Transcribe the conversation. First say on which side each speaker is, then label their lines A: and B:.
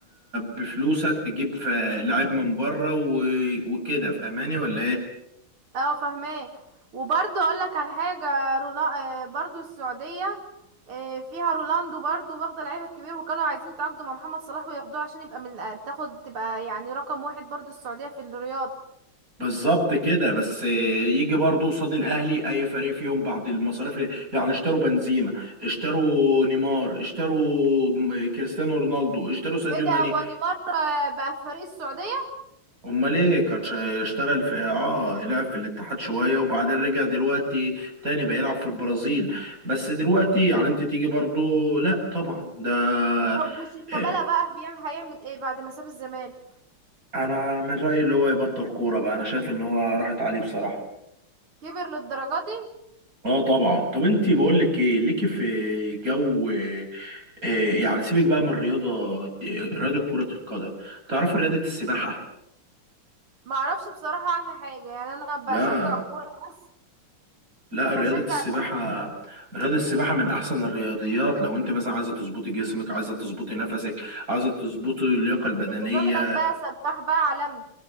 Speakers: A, on the right; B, on the right.
A: بفلوسك تجيب ف- لعيب من بره و- وكده فاهماني ولا ايه
B: اه فهماك وبرضه اقول لك على حاجه رولا... آه، برضه السعوديه آه، فيها رونالدو برضه واخده لعيبه كبير وكانوا عايزين يتعاقدوا مع محمد صلاح وياخدوه عشان يبقى من الأ- تاخد تبقى يعني رقم واحد برضه السعوديه في الرياضه
A: بالظبط كده بس يجي برضو قصاد الاهلي اي فريق فيهم بعد المصاريف يعني اشتروا بنزيما اشتروا نيمار اشتروا م- كريستيانو رونالدو اشتروا ساديو
B: ايه ده
A: ماني
B: هو نيمار آه، بقى في فريق السعوديه
A: امال ايه كان شا- اشتغل في اه لعب في الاتحاد شويه وبعدين رجع دلوقتي تاني بقى يلعب في البرازيل بس دلوقتي يعني انت تيجي برضو لا طبعا ده
B: طب وشيكابالا
A: اه،
B: بقى بيعمل هيعمل ايه بعد ما ساب الزمالك
A: انا من رايي اللي هو يبطل كوره بقى انا شايف ان هو راحت عليه بصراحه
B: كبر للدرجة دي
A: اه طبعا طب انت بقول لك ايه ليكي في جو إيه يعني سيبك بقى من الرياضة إيه، رياضة كرة القدم تعرف رياضة السباحة
B: ما اعرفش بصراحة عنها حاجة يعني انا بشجع
A: لا
B: الكورة بس
A: لا رياضة
B: بشجع
A: السباحة رياضة السباحة من أحسن الرياضيات لو أنت مثلا عايزة تظبطي جسمك عايزة تظبطي نفسك عايزة تظبطي اللياقة البدنية
B: انت شكلك بقى سباح بقى عالمي